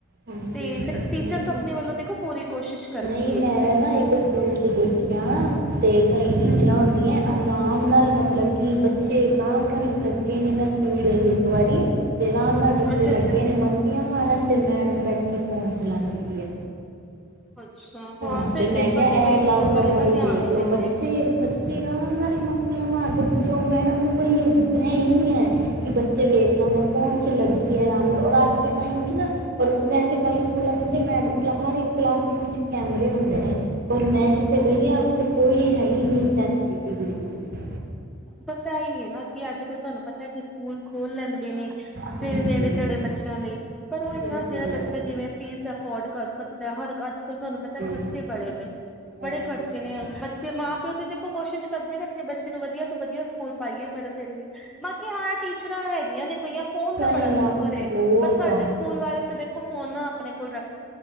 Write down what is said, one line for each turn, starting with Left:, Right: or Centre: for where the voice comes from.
Right: ਹਾਂਜੀ
Centre: ਤੇ ਫਿਰ ਟੀਚਰ
Right: ਨਹੀਂ
Centre: ਤੋਂ ਆਪਣੇ ਵੱਲੋਂ ਦੇਖੋ ਪੂਰੀ ਕੋਸ਼ਿਸ਼ ਕਰਦੀ
Right: ਨਹੀਂ ਮੈਂ
Centre: ਹੈ
Right: ਨਾ ਇੱਕ ਸਕੂਲ ਚ ਦੇਖਿਆ ਨਾ ਤੇ ਕਈ ਟੀਚਰਾਂ
Centre: ਹਮ
Right: ਹੁੰਦੀਆਂ ਆਰਾਮ ਨਾਲ ਮਤਲਬ ਕਿ ਬੱਚੇ ਬੱਚੇ ਆਰਾਮ ਨਾਲ ਲੱਗੇ ਨੇ ਮੈਂ ਸਕੂਲ ਗਈ ਇੱਕ ਵਾਰੀ ਅਤੇ ਆਰਾਮ ਨਾਲ ਬੱਚੇ
Centre: ਅੱਛਾ
Right: ਲੱਗੇ
Centre: ਅੱਛਾ
Right: ਨੇ ਮਸਤੀਆਂ ਮਾਰਨ ਅਤੇ ਮੈਡਮ ਬੈਠੀ ਫੋਨ ਚਲਾਉਂਦੀ ਦੀ ਐ
Centre: ਅੱਛਾ
Right: ਹਾਂ
Centre: ਫਿਰ
Right: ਤੇ ਮੈਂ
Centre: ਦੇਖੋ
Right: ਕਿਹਾ
Centre: ਤੇ
Right: ਇਹ
Centre: ਕਈ
Right: ਲਾਪਰਵਾਹੀ
Centre: ਸਕੂਲ ਵਾਲੇ ਨਾ ਧਿਆਨ
Right: ਦੇਖਲੋ
Centre: ਨੀ ਦਿੰਦੇ।
Right: ਬੱਚੇ ਬੱਚੇ ਆਰਾਮ ਨਾਲ ਮਸਤੀਆਂ ਮਾਰਦੇ ਜੋ ਮੈਡਮ ਨੂੰ ਕੋਈ ਹੈ ਹੀ ਨਹੀਂ ਹੈ ਕਿ ਬੱਚੇ ਵੇਖ ਲ ਮੈਂ ਫੋਨ 'ਚ ਲੱਗੀ ਹੈ ਆਰਾਮ ਨਾਲ ਰ ਅੱਜ ਦੇ ਟਾਈਮ 'ਚ ਨਾ ਵੈਸੇ ਕਈ ਸਕੂਲਾਂ 'ਚ ਅਤੇ ਮੈਮ ਕਲਾਹ ਕਲਾਸ ਰੂਮ ' ਹੁੰਦੇ ਨੇ ਪਰ ਮੈਂ ਜਿੱਥੇ ਗਈ ਹਾਂ ਉੱਥੇ ਕੋਈ ਹੈ ਨਹੀਂ ਫੈਸਿਲਿਟੀ ਬਿਲਕੁਲ ਵੀ
Centre: ਬਸ ਇਹੀ ਹੈ ਨਾ ਕਿ ਅੱਜ ਕੱਲ੍ਹ ਤੁਹਾਨੂੰ ਪਤਾ ਕਿ ਸਕੂਲ ਖੋਲਣ
Right: ਹਾਂਜੀ
Centre: ਨੇ ਨੇੜੇ ਤੇੜੇ ਬੱਚਿਆਂ ਲਈ ਪਰ ਉਹੀ
Right: ਬਿਲਕੁਲ
Centre: ਨਾ ਜਿਹੜਾ ਬੱਚਾ ਜਿਵੇਂ ਫੀਸ ਅਫੋਰਡ ਕਰ ਸਕਦਾ ਹਰ ਅੱਜ ਅਗਰ ਤੁਹਾਨੂੰ
Right: ਜੀ
Centre: ਪਤਾ ਖਰਚੇ ਬੜੇ ਨੇ
Right: ਬਹੁਤ
Centre: ਬੜੇ ਖਰਚੇ
Right: ਬਹੁਤ
Centre: ਨੇ ਬੱਚੇ ਮਾਂ ਪਿਓ ਤੇ ਦੇਖੋ ਕੋਸ਼ਿਸ਼ ਕਰਦੇ ਨੇ ਆਪਣੇ ਬੱਚੇ ਨੂੰ ਵਧੀਆ ਵਧੀਆ ਸਕੂਲ ਪਾਈਏ ਪਰ ਫੇਰ ਵੀ ਬਾਕੀ ਹਾਂ ਟੀਚਰਾਂ ਹੈਗੀਆਂ ਨੇ ਕਈਆਂ ਫੋਨ
Right: ਕਈ
Centre: ਦਾ ਬੜਾ
Right: ਇਲਾਕੇ
Centre: ਚੱਕਰ ਏ
Right: ਬਹੁਤ
Centre: ਪਰ ਸਾਡੇ ਸਕੂਲ ਬਾਰੇ ਤਾਂ ਦੇਖੋ ਫੋਨ ਮ ਕੋਈ